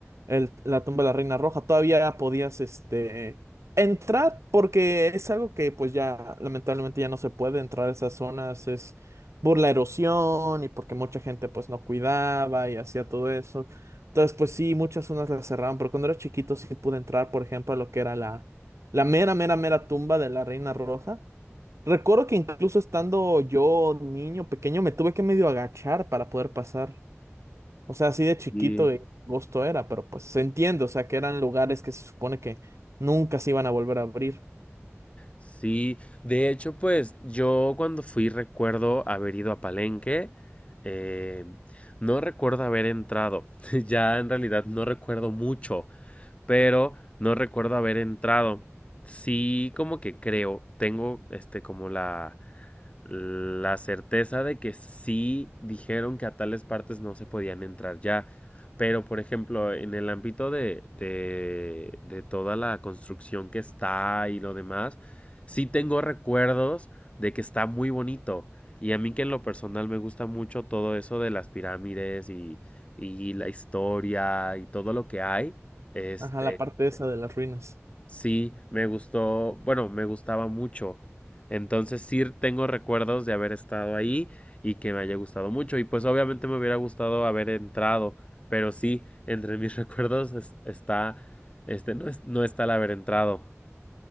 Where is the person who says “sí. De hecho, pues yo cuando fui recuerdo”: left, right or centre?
Left